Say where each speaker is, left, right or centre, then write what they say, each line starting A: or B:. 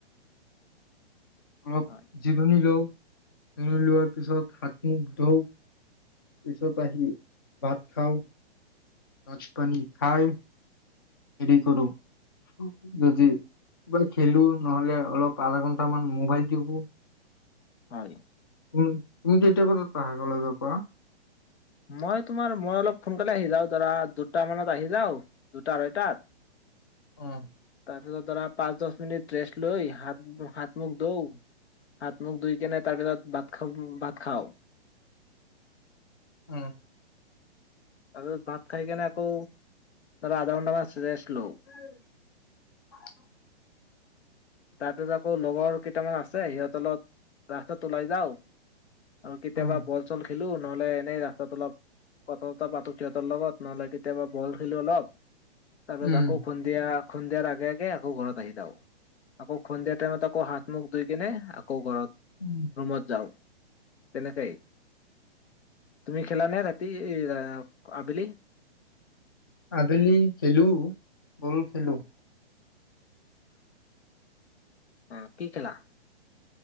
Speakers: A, on the left (about 20°); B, on the left (about 75°).
A: অলপ
B: হয়
A: জিৰণি লওঁ। <unintelligible> লোৱাৰ পিছত, হাত-মুখ ধুওঁ। পিছত আহি ভাত খাওঁ। ভাত-পানী খাই হেৰি কৰোঁ, <unintelligible> যদি, কিবা খেলোঁ, নহ'লে, অলপ আধা ঘন্টাামান মোবাইল টিপো।
B: হয়।
A: উম। তুমি কেইটা বজাত আহা কলেজৰ পৰা?
B: মই তোমাৰ, মই অলপ খোনকালে আহি যাওঁ। ধৰা, দুটা মানত আহি যাওঁ, দুটা আঢ়ৈটাত।
A: অ'হ।
B: তাৰপিছত ধৰা, পাঁচ দহ মিনিট ৰেষ্টলৈ, হাত, হাত-মুখ ধুওঁ। হাত-মুখ ধুই কেনে, তাৰপিছত ভাত খাম, ভাত খাওঁ।
A: উ
B: আৰু ভাত খাই কেনে আকৌ, ধৰা আধা ঘণ্টা মান ৰেষ্ট
A: <inaudible>
B: লওঁ। তাৰ পিছত আকৌ লগৰ কেইটামান আছে, সিহঁতৰ লগত ৰাস্তাত ওলাই যাওঁ। আৰু কেতিয়াবা
A: উম
B: বল চল খেলু নহ'লে, এনেই ৰাস্তাত অলপ কথা-চথা পাতোঁ, সিহঁতৰ লগত। নহ'লে কেতিয়াবা বল খেলো অলপ। তাৰ পাছত,
A: উম
B: আাকৌ খন্ধিয়া খন্ধিয়াৰ আগে আগে আকৌ ঘৰত আহি যাওঁ। আকৌ খন্ধিয়া টাইমত, আকৌ হাত-মুখ ধুইকেনে আকৌ ঘৰত
A: উম।
B: ৰুমত যাওঁ। তেনেকেই। তুমি খেলানে ৰাতি, এ, আ, আ, আবেলি?
A: আবেলি খেলোঁ, বল খেলোঁ।
B: অ, কি খেলা?